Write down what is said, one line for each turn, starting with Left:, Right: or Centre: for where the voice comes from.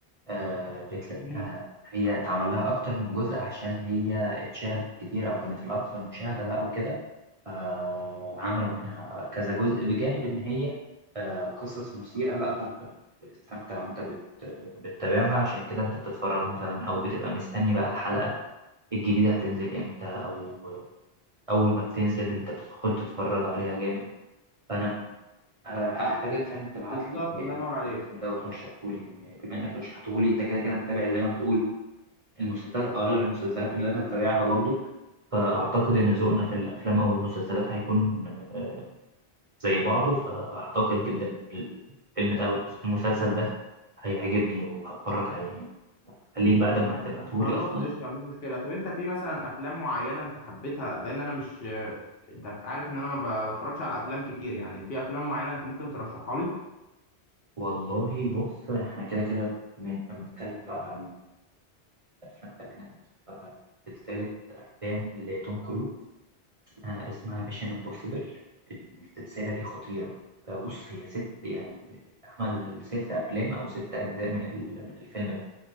Right: آه بتلاقيها
Left: مم.
Right: هي اتعمل لها اكتر من جزء عشان هي اتشاهدت كتير او كانت الاكثر مشاهدة بقى وكده آه عملوا منها كذا جزء بجانب إن هي آه قصص مثيرة بقى فأنت بتستمتع وأنت بت- بتتابعها عشان كده أنت بتتفرج مثلا أو بتبقى مستني بقى الحلقة الجديدة هتنزل إمتى أو أول ما بتنزل أنت بتدخل تتفرج عليها جامد فأنا هحتاجك فعلا تبعت
Left: بالظبط
Right: لي
Left: الله ينور عليك
Right: الاسم ده وترشحه لي يعني بما إنك رشحته لي أنت كده كده متابع زي ما بتقول المسلسلات أو أغلب المسلسلات اللي أنا بتابعها برضو فأعتقد إن ذوقنا في الأفلام أو المسلسلات هيكون آه، زي بعضه فأعتقد جدا إن الفيلم ده أو المسلسل ده هيعجبني وهتفرج عليه خليك بعد ما هتبعتهولي
Left: خلاص
Right: أصلا
Left: قشطة مفيش مشكلة طب أنت في مثلا أفلام معينة أنت حبيتها لأن أنا مش آه، أنت عارف إن أنا ما ب- بتفرجش على أفلام كتير يعني في أفلام معينة أنت ممكن ترشحها لي
Right: والله بص إحنا كده كده بما إننا بنتكلم بقى عن الأفلام الأجنبي ففي سلسلة أفلام لتوم كروز آه، اسمها ميشن امبوسيبل السلسلة دي خطيرة فبص هي ست يعني عمل ست أفلام أو ست أجزاء من ال- من الفيلم ده